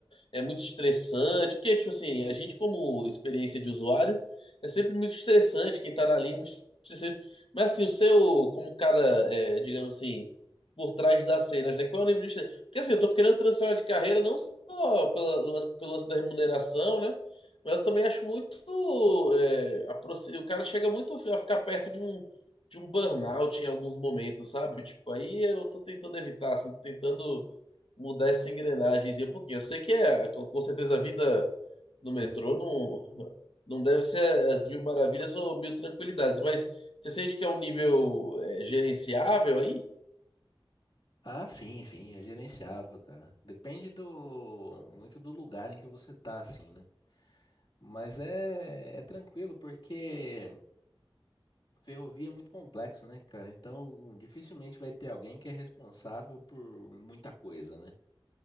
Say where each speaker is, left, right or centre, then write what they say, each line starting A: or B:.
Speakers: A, on the left; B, on the left.
A: é muito estressante, porque, tipo assim, a gente, como experiência de usuário, é sempre muito estressante, quem tá na linha é muito estressante. Mas assim, o seu, como cara, é, digamos assim, por trás das cenas, né? Qual é o nível de estresse? Porque assim, eu tô querendo transicionar de carreira não só pela, pelo lance pelo lance da remuneração, né? Mas eu também acho muito. é, aproxi- O cara chega muito a ficar perto de um, de um burnout em alguns momentos, sabe? Tipo, aí eu tô tentando evitar, assim, tentando mudar essa engrenagemzinha um pouquinho. Eu sei que é, com com certeza a vida no metrô não, não deve ser as mil maravilhas ou mil tranquilidades, mas você sente que é um nível é, gerenciável aí?
B: Ah, sim, sim, é gerenciável, cara. Depende do muito do lugar em que você tá, assim, né? Mas é, é tranquilo, porque ferrovia é muito complexo, né, cara? Então, dificilmente vai ter alguém que é responsável por muita coisa, né?